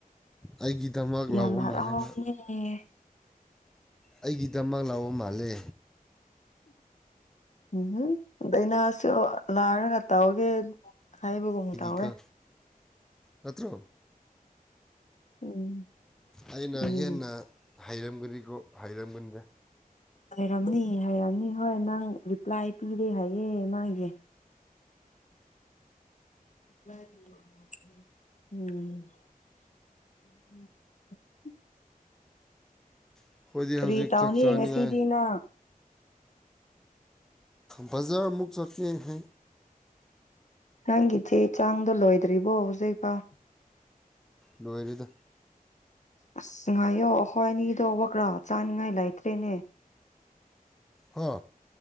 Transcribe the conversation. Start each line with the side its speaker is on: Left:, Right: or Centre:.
Centre: ꯑꯩꯒꯤꯗꯃꯛ
Left: ꯌꯥꯝ
Centre: ꯂꯥꯛꯧꯕ
Left: ꯍꯔꯥꯎꯕꯅꯦ
Centre: ꯃꯥꯜꯂꯦ ꯃꯥ ꯑꯩꯒꯤꯗꯃꯛ ꯂꯥꯎꯕ ꯃꯥꯜꯂꯦ
Left: ꯎꯝ ꯗꯗꯥꯩꯅꯥꯁꯨ ꯂꯥꯏꯔꯒ ꯇꯥꯎꯒꯦ ꯍꯥꯏꯕ ꯀ
Centre: ꯑꯩꯒꯤꯀꯣ
Left: ꯇꯋꯦ
Centre: ꯅꯠꯇ꯭ꯔꯣ
Left: ꯎꯝ
Centre: ꯑꯩꯅ
Left: ꯎꯝ
Centre: ꯍꯦꯟꯅ ꯍꯩꯔꯝꯒꯅꯤꯀꯣ ꯍꯩꯔꯝꯒꯅꯤꯗ
Left: ꯍꯥꯏꯔꯝꯅꯤ ꯍꯥꯏꯔꯝꯅꯤ ꯍꯣꯏ ꯅꯪ ꯔꯤꯄ꯭ꯂꯥꯏ ꯄꯤꯔꯦ ꯍꯥꯏꯌꯦꯦ ꯃꯥꯒꯤ ꯎꯝ ꯎꯁ
Centre: ꯑꯩꯈꯣꯏꯗꯤ
Left: ꯇꯔꯤꯇꯥꯎꯅꯤ
Centre: ꯍꯧꯖꯤꯛ ꯆꯥꯛ ꯆꯥꯅꯤꯡꯉꯥꯏ
Left: ꯉꯁꯤꯗꯤꯅ
Centre: ꯕꯖꯔ ꯃꯨꯛ ꯆꯠ ꯍꯥꯏꯦ
Left: ꯅꯪꯆꯦ ꯆꯥꯡꯗꯣ ꯂꯣꯏꯗ꯭ꯔꯤꯕꯣ ꯍꯧꯖꯤꯛ ꯐꯥꯎ
Centre: ꯂꯣꯏꯔꯤꯗ
Left: ꯑꯁ ꯉ ꯉꯥꯏꯌꯣ ꯑꯩꯈꯣꯏ ꯑꯅꯤꯗꯣ ꯀ꯭ꯔꯥ ꯆꯥꯅꯤꯡꯉꯥꯏ ꯂꯩꯇ꯭ꯔꯦꯅꯦ
Centre: ꯍꯥ